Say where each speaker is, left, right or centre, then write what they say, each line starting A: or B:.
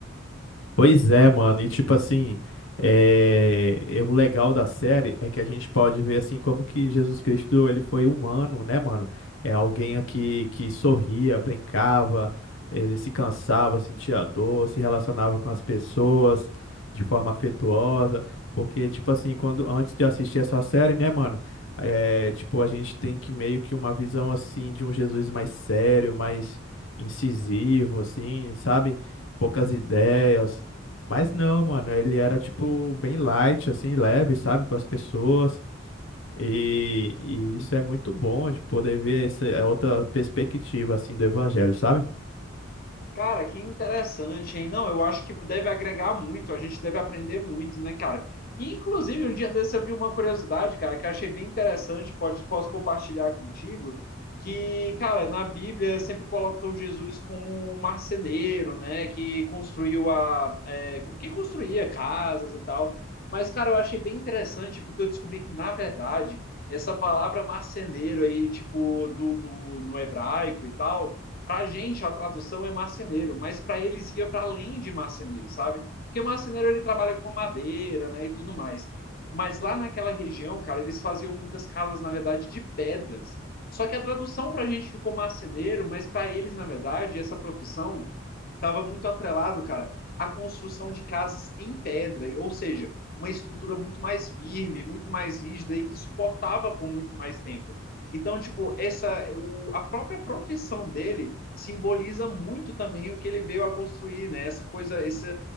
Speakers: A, on the left; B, on the left.
A: Pois é, mano, e tipo assim, é... e o legal da série é que a gente pode ver assim como que Jesus Cristo ele foi humano, né, mano? É alguém aqui que sorria, brincava, ele se cansava, sentia dor, se relacionava com as pessoas de forma afetuosa, porque tipo assim, quando antes de assistir essa série, né, mano, é... tipo a gente tem que meio que uma visão assim de um Jesus mais sério, mais incisivo, assim, sabe? Poucas ideias mas não, mano, ele era tipo bem light, assim, leve, sabe, com as pessoas. E, e isso é muito bom de poder ver essa é outra perspectiva, assim, do evangelho, sabe?
B: Cara, que interessante, hein? Não, eu acho que deve agregar muito, a gente deve aprender muito, né, cara? E, inclusive, um dia desse eu vi uma curiosidade, cara, que eu achei bem interessante, pode, posso compartilhar contigo, que, cara, na Bíblia sempre coloca o Jesus como um marceneiro, né, que construiu a... é, que construía casas e tal. Mas, cara, eu achei bem interessante porque eu descobri que, na verdade, essa palavra marceneiro aí, tipo, no, no no hebraico e tal para a gente, a tradução é marceneiro, mas para eles ia para além de marceneiro, sabe? Porque marceneiro ele trabalha com madeira, né, e tudo mais. Mas lá naquela região, cara, eles faziam muitas casas, na verdade, de pedras. Só que a tradução para a gente ficou marceneiro, mas para eles, na verdade, essa profissão estava muito atrelado, cara, à construção de casas em pedra, ou seja, uma estrutura muito mais firme, muito mais rígida e que suportava por muito mais tempo. Então, tipo, essa o, a própria profissão dele simboliza muito também o que ele veio a construir, né? Essa coisa, esse